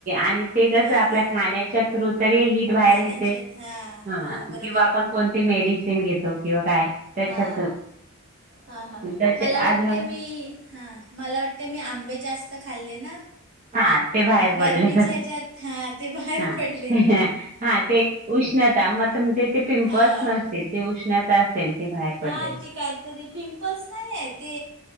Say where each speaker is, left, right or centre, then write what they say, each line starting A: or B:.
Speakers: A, on the right (about 35°); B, on the right (about 55°).
A: आणि ते कसं
B: हां
A: आपल्या
B: हां
A: खाण्याच्या थ्रू तरी हिट बाहेर
B: खाण्याच्यात
A: येते.
B: हां
A: हा.
B: हो बरोबर
A: आपण कोणती मेडिसिन घेतो किंवा काय त्याच्यात
B: हा. हां हां
A: तसे
B: मला वाटते.
A: आज
B: मी हां. मला वाटते मी आंबे जास्त खाल्ले ना
A: हा ते बाहेर
B: गरमीच्या
A: पडले तर
B: हेच्यात हा ते बाहेर
A: हा
B: पडले.
A: हा ते उष्णता मग तुमचे ते पिंपल्स
B: हां
A: नसतील. ते उष्णता असेल ते बाहेर. पडले
B: हां
A: असेल
B: ते काहीतरी पिंपल्स नाही आहे ते.